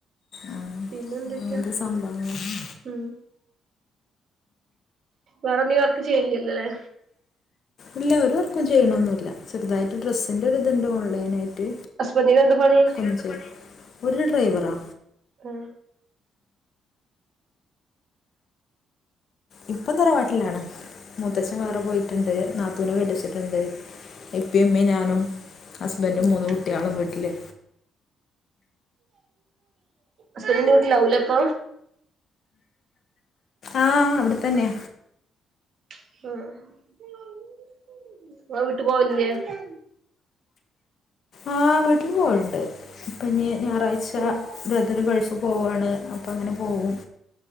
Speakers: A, on the left; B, on the right.
A: ആഹ്
B: പിന്നെ എന്തൊക്കെയാ
A: അങ്ങനത്തെ സംഭവങ്ങള് <inaudible>
B: ഉം വേറെ നീ വർക്ക് ചെയ്യ്ണില്ലോ ല്ലേ
A: ഇല്ല ഒരു വർക്കും ചെയ്യണൊന്നൂല്ല ചെറ്തായിട്ട് ഡ്രസ്സിന്റെറെ ഒരിതുണ്ട് ഓൺലൈൻ ആയിട്ട്
B: ഹസ്ബന്റിന് എന്താ പണി?
A: <unintelligible> ഒരുല ഡ്രൈവറാ
B: ആഹ്
A: ഇപ്പോം തറവാട്ടിലാണ് മൂത്തച്ഛൻ വേറെ പോയിട്ടുണ്ട് നാത്തൂനെ കെട്ടിച്ചിട്ടുണ്ട്. ഇപ്പീം മ്മീംഞാനും ഹസ്ബൻറും
B: ഉം
A: മൂന്നു കുട്ട്യാളും വീട്ടില്
B: ഹസ്ബന്റിന്റെ വീട്ടിലാവും ല്ലേ പ്പൊ
A: ആഹ് ആഹ് അവിടെ തന്ന്യ
B: ആഹ് <unintelligible>
A: ആഹ് വീട്ടിൽ പോവലിണ്ട് ഇപ്പൊ ഞ്ഞി ഞായറാഴ്ച
B: ഉം
A: ബ്രദറ് ഗൾഫ് ക്ക്‌ പോവാണ് അപ്പോ അങ്ങനെ പോകും.